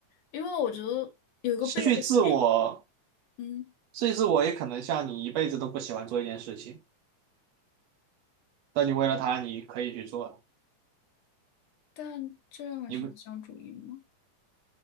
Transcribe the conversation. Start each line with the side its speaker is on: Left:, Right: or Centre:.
Left: 因为我觉得有一个悖论就是，
Right: 失去自我，
Left: 嗯，
Right: 失去自我也可能像你一辈子都不喜欢做一件事情，但你为了它，你可以去做。
Left: 但这样还是理想主义吗？
Right: 你不